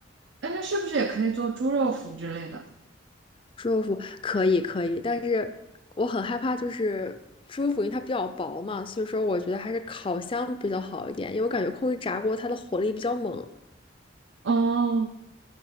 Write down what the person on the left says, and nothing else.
猪肉脯可以可以，但是我很害怕，就是猪肉脯因为它比较薄嘛，所以说我觉得还是烤箱比较好一点，因为我感觉空气炸锅它的火力比较猛。